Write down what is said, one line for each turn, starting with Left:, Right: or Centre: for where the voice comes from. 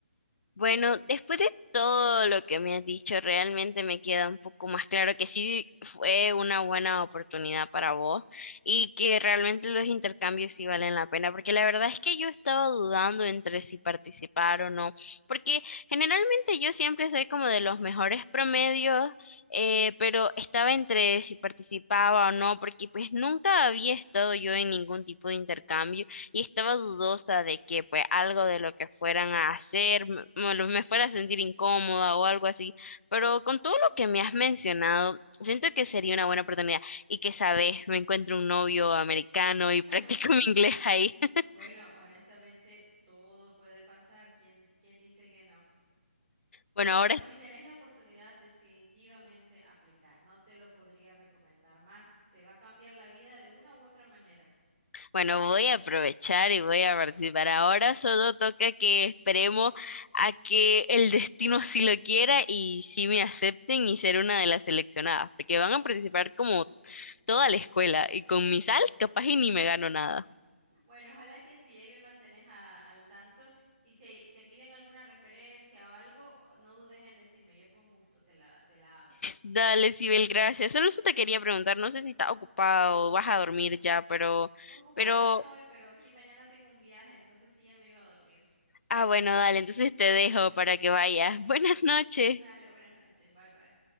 Left: Bueno, después de todo lo que me has dicho, realmente me queda un poco más claro que sí fue una buena oportunidad para vos y que realmente los intercambios sí valen la pena, porque la verdad es que yo estaba dudando entre si participar o no, porque generalmente yo siempre soy como de los mejores promedios, eh, pero estaba entre si participaba o no, porque pues nunca había estado yo en ningún tipo de intercambio y estaba dudosa de que pues algo de lo que fueran a hacer me, me- lo- me fuera a sentir incómoda o algo así, pero con todo lo que me has mencionado, siento que sería una buena oportunidad y que sabes, me encuentro un novio americano y <laughs> practico
Right: <laughs>
Left: mi inglés ahí. <laughs>
Right: Bueno, honestamente, todo puede pasar. ¿Quién, quién dice que no? Pero
Left: Bueno,
Right: bueno,
Left: ahora
Right: si tenés la oportunidad, definitivamente aplica. No te lo podría recomendar más. Te va a cambiar la vida de una u otra manera.
Left: Bueno, voy a aprovechar y voy a participar. Ahora solo toca que esperemos a que el destino así lo quiera y si me acepten y ser una de las seleccionadas, porque van a participar como toda la escuela y con mi sal capaz y ni me gano nada.
Right: Bueno, ojalá que así ahí me mantenés a- al tanto. Y si te piden alguna referencia o algo, no dudes en decirme. Yo con gusto te la, te la hago.
Left: Dale, Sibel, gracias. Solo eso te quería preguntar, no sé si estás ocupado o vas a dormir ya, pero,
Right: Pues ocupada
Left: pero,
Right: no estoy, pero sí mañana tengo un viaje, entonces sí ya me iba a dormir.
Left: ah, bueno, dale, entonces te dejo para que vayas. <laughs> Buenas noches.
Right: Dale, buenas noches. Bye bye.